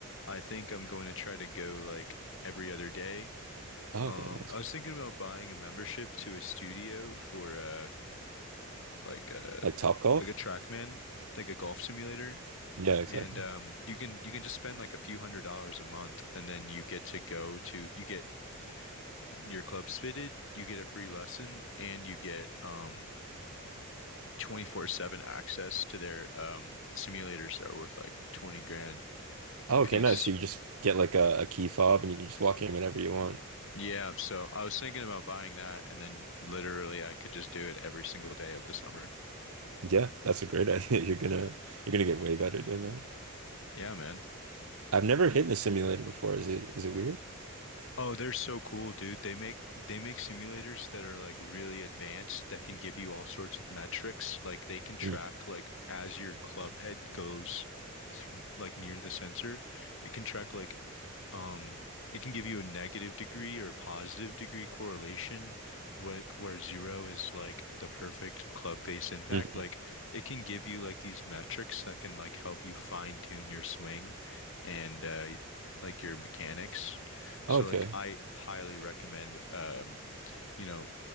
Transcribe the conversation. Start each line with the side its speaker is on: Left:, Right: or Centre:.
Left: I think I'm going to try to go like every other day.
Right: Oh,
Left: Um,
Right: okay, nice.
Left: I was thinking about buying a membership to a studio for uh like uh
Right: Like top golf?
Left: like a TrackMan, like a golf simulator.
Right: Yeah, exactly.
Left: And um you can you can just spend like a few hundred dollars a month and then you get to go to you get your club's fitted, you get a free lesson, and you get um 24/7 access to their um simulators that are worth like 20 grand
Right: Oh,
Left: a piece.
Right: okay, nice. So you just get like a, a key fob and you can just walk in whenever you want.
Left: Yeah, so I was thinking about buying that and then literally I could just do it every single day of the summer.
Right: Yeah, that's a great <laughs> idea. You're gonna you're gonna get way better doing that.
Left: Yeah, man.
Right: I've never hit in the simulator before. Is it is it weird?
Left: Oh, they're so cool, dude. They make they make simulators that are like really advanced that can give you all sorts of metrics. Like they can track
Right: Mm,
Left: like as your club head goes through like near the sensor, it can track like Um, it can give you a negative degree or a positive degree correlation, like where zero is like the perfect club face impact.
Right: mm.
Left: Like it can give you like these metrics that can like help you fine tune your swing and uh like your mechanics. So
Right: Okay.
Left: like I highly recommend um, you know,